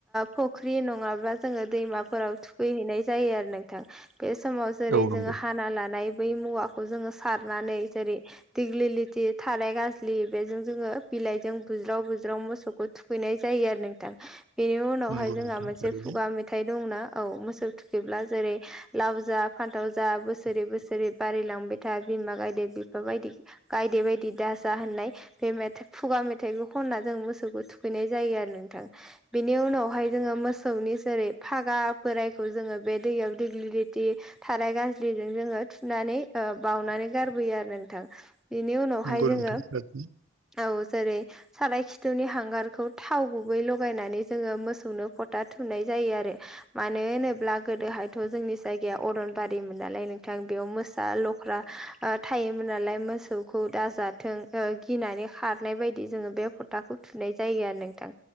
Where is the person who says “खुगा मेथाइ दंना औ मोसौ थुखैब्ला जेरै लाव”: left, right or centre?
Centre